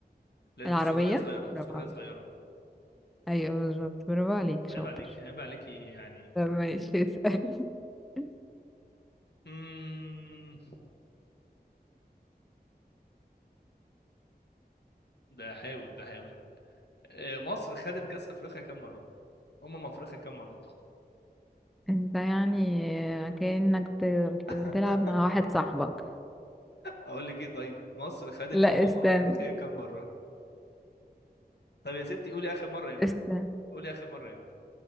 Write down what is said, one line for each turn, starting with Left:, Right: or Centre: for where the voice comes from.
Left: لان
Centre: العربية
Left: السوريه صغيره السوريه
Centre: برافو عليك
Left: صغيره
Centre: أيوة بالظبط برافو عليك شاطر
Left: عيب عليكي عيب عليكي يعني
Centre: طب ماشي اسأل <laughs>
Left: امم بحاول بحاول آه، مصر خدت كاس افريقيا كام مره امم افريقيا كام مره
Centre: انت يعني كأنك بت- بت- بتلعب
Left: <laughs>
Centre: مع واحد صاحبك
Left: اقول لك ايه طيب مصر خدت
Centre: لا
Left: امم
Centre: استنى
Left: افريقيا كام مره طب يا ستي قولي اخر مره امتى
Centre: استنى
Left: قولي اخر مره امتى